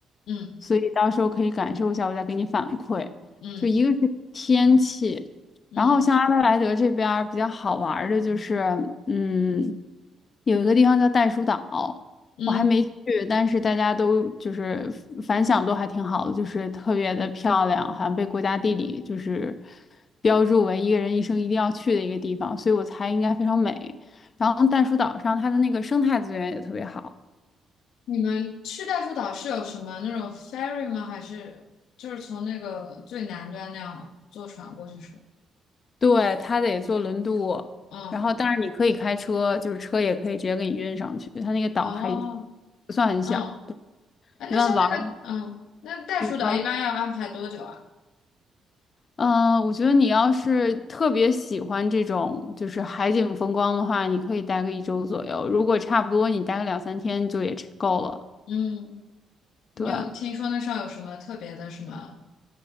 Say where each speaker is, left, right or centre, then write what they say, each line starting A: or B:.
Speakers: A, on the left; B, on the left.
A: 嗯
B: 所以到时候可以感受一下，我再给你反馈。
A: 嗯。
B: 就一个是天气，
A: 嗯
B: 然后像阿德莱德这边儿比较好玩儿的就是，嗯，有一个地方叫袋鼠岛。
A: 嗯，
B: 我还没去，但是大家都就是反响都还挺好的，就是特别的漂亮，好像被国家地理就是标注为一个人一生一定要去的一个地方，所以我猜应该非常美。然后袋鼠岛上它的那个生态资源也特别好，
A: 你们去袋鼠岛是有什么那种 ferry 吗？还是就是从那个最南端那样坐船过去是吧？
B: 对，它得坐轮渡，
A: 嗯，
B: 然后当然你可以开车，就是车也可以直接给你运上去，它那个岛还
A: 哦，
B: 不算很小，
A: 嗯，哎，
B: 一般玩儿
A: 那像那个，嗯，那袋鼠岛一般要安排多久啊？
B: 你说。嗯，呃我觉得你要是特别喜欢这种就是海景风光的话，你可以待个一周左右。如果差不多，你待个两三天就也差够了。
A: 嗯，你有听说那上有什么特别的什么
B: 对，